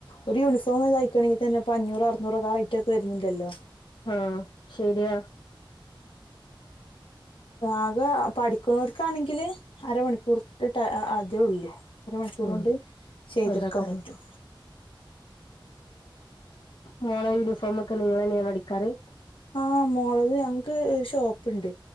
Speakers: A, on the left; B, on the left.
A: ഒരു യൂണിഫോം തൈ ക്കണെങ്കി തന്നെപ്പ അഞ്ഞൂറ് അറന്നൂറൊക്ക ആ റൈറ്റൊക്കെ വരുന്നുണ്ടല്ലോ
B: ആഹ് ശരിയാ
A: ആകെ പഠിക്കണോർക്കാണെങ്കില് അരമണിക്കൂർട്ടേ അതേ ഒള്ളൂ അര മണിക്കൂറൊണ്ട്
B: ഉം
A: ചെയ്തെട്ക്കാൻ
B: അതാക്കാരം
A: പറ്റും
B: മോള യൂണിഫോമ ഒക്കെ നിങ്ങൾ തന്നെയാണ് അടിക്കാറ്
A: ആഹ മോളത് ഞങ്ങക്ക് ഒരു ഷോപ്പുണ്ട്